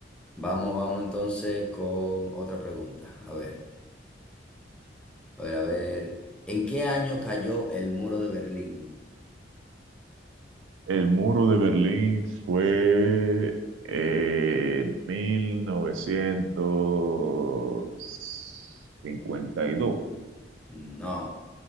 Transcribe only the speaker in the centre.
Vamos, vamos entonces con otra pregunta. A ver, a ver, a ver. ¿En qué año cayó el muro de Berlín?
No.